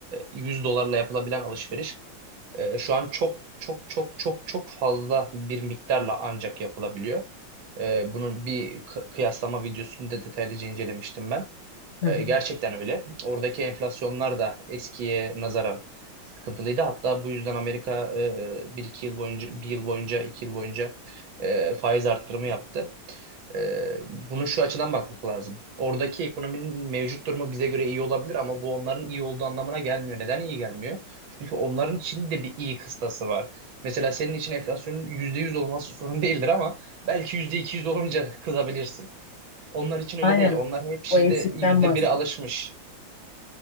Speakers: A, on the right; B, on the left.
A: 100 dolarla yapılabilen alışveriş ee, şu an çok çok çok çok çok fazla bir miktarla ancak yapılabiliyor. Ee, bunun bir kı- kıyaslama videosunu da detaylıca incelemiştim ben.
B: Hı
A: Ee,
B: hı.
A: gerçekten öyle. Oradaki enflasyonlar da eskiye nazaran sıkıntılıydı. Hatta bu yüzden Amerika e, bir iki yıl boyunca, bir yıl boyunca, iki yıl boyunca e, faiz arttırımı yaptı. E, bunu şu açıdan bakmak lazım. Oradaki ekonominin mevcut durumu bize göre iyi olabilir ama bu onların iyi olduğu anlamına gelmiyor. Neden iyi gelmiyor? Çünkü onların için de bir iyi kıstası var. Mesela senin için enflasyonun %100 olması sorun değildir ama belki %200 olunca kızabilirsin. Onlar için öyle
B: Aynen.
A: değil. Onlar hep şimdi
B: O eksikten
A: %1'e
B: bahsediyorum.
A: alışmış.